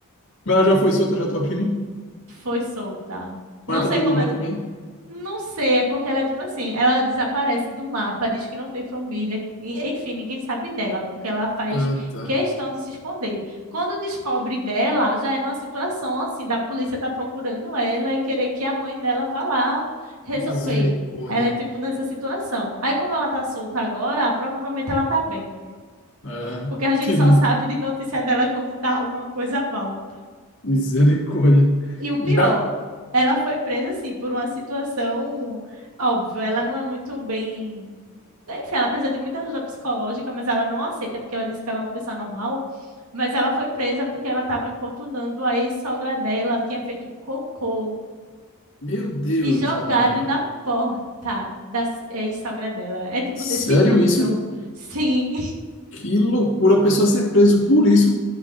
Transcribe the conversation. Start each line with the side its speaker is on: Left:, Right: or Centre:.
Left: Mas ela já foi solta, já tua prima.
Right: <laughs> foi solta.
Left: Pai
Right: Não
Left: tá
Right: sei
Left: tudo
Right: como
Left: bem
Right: é-
Left: também?
Right: Não sei, é porque ela é tipo assim, ela desaparece do mapa, diz que não tem família, e- enfim, ninguém sabe dela, porque ela faz
Left: Ah, tá.
Right: questão de se esconder. Quando descobre dela, já é numa situação assim, da polícia tá procurando ela e querer que a mãe dela vá lá resolver.
Left: Misericórdia.
Right: Ela é tipo nessa situação. Aí, como ela tá solta agora, provavelmente ela tá bem,
Left: Ah,
Right: porque a
Left: entendi.
Right: gente só sabe de notícia dela quando tá alguma coisa mal.
Left: Misericórdia.
Right: E o pior,
Left: Já.
Right: ela foi presa assim por uma situação óbvio, ela não é muito bem, enfim, ela precisa de muita ajuda psicológica, mas ela não aceita porque ela disse que ela é uma pessoa normal, mas ela foi presa porque ela estava importunando a ex-sogra dela, tinha feito cocô
Left: Meu Deus,
Right: e jogado
Left: Rafa.
Right: na porta da s- ex-sogra dela. É tipo
Left: Sério
Right: nesse nível.
Left: isso?
Right: Sim.
Left: Que loucura a pessoa ser preso por isso.